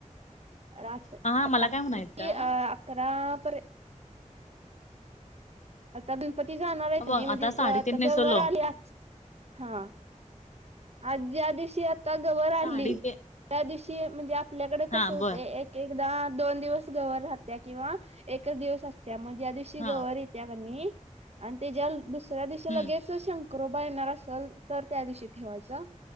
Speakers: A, on the right (about 55°); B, on the left (about 65°).
A: रात
B: हां,
A: रात्री
B: मला काय म्हणायचं
A: अ अकरा पर आता गणपती जाणार आहेत
B: हे
A: कि
B: बघ
A: नाही म्हणजे
B: साडी
A: आता
B: तेन नेसवलो
A: गवर आले हा आज ज्या दिवशी आता गवर आणली
B: साडी ते
A: त्या दिवशी म्हणजे आपल्याकडे कस
B: हां,
A: होतय
B: बर
A: एक एकदा दोन दिवस गवर राहत्या. किंवा एकच दिवस असत्या. मग ज्या दिवशी
B: हां,
A: गवर येत्या की नाही, आणि त्याच्या दुसऱ्या दिवशी
B: हं,
A: लगेच शंकरोबा येणार असल तर त्या दिवशी ठेवायचा.